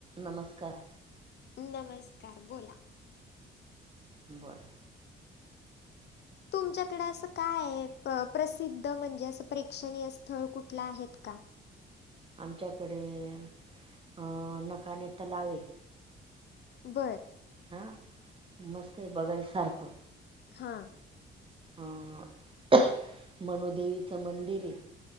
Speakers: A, on the right; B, on the left.
A: नमस्कार,
B: नमस्कार बोला.
A: बरं
B: तुमच्याकडे असं काय आहे प्रसिद्ध म्हणजे असं प्रेक्षणीय स्थळ कुठलं आहेत का?
A: आमच्याकडे अं नकाने तलाव ये.
B: बरं
A: हा मस्त आहे बघायसारखं.
B: हां
A: अ मनोदेवीच मंदिर आहे.